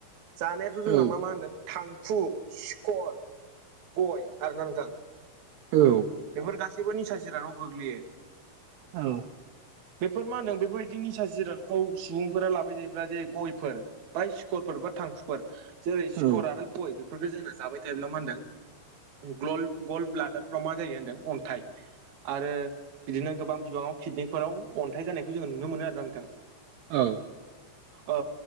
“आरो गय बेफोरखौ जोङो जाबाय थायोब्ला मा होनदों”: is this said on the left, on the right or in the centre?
Right